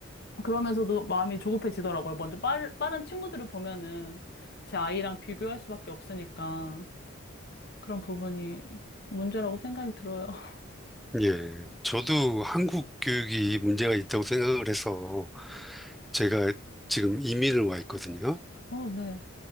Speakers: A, on the left (about 50°); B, in the centre.
A: 그러면서도 마음이 조급해지더라고요. 먼저 빨, 빠른 친구들을 보면은 제 아이랑 비교할 수밖에 없으니까 그런 부분이 문제라고 생각이 들어요. <laughs>
B: 예. 저도 한국 교육이 문제가 있다고 생각을 해서 제가 지금 이민을 와 있거든요.
A: 어, 네.